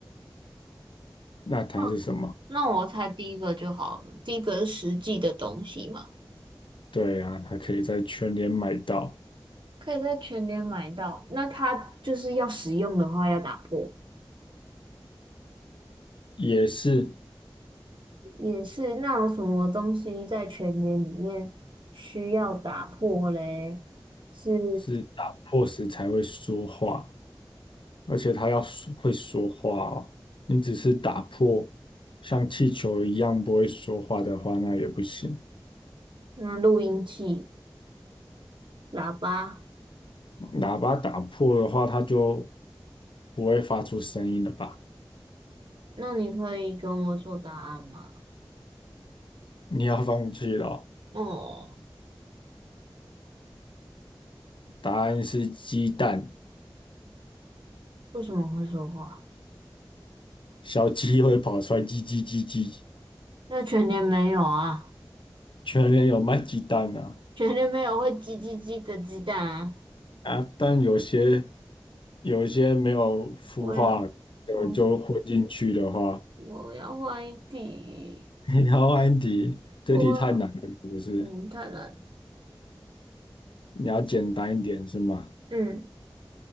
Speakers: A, on the left; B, on the right.
A: 那它是什么？
B: 嗯，那我猜第一个就好了，第一个是实际的东西嘛，
A: 对啊，它可以在全联买到，
B: 可以在全联买到。那它就是要使用的话要打破，
A: 也是
B: 也是。那有什么东西在全联里面需要打破嘞？是
A: 是打破时才会说话，而且它要说会说话哦。你只是打破像气球一样不会说话的话，那也不行。
B: 那录音器、喇叭。
A: 喇叭打破的话，它就不会发出声音了吧？
B: 那你可以跟我说答案吗？
A: 你要放弃了哦
B: 哦，
A: 答案是鸡蛋。
B: 为什么会说话？
A: 小鸡会跑出来，叽叽叽叽。
B: 那全年没有啊，
A: 全年有卖鸡蛋啊，
B: 全年没有会叽叽叽的鸡蛋啊。
A: 啊，但有些有些没有孵化就就混进去的话，
B: 我要我我要换一题。
A: <laughs> 你要安迪，这题太难了，
B: 我
A: 不是？
B: 嗯太难了
A: 你要简单一点是吗？
B: 嗯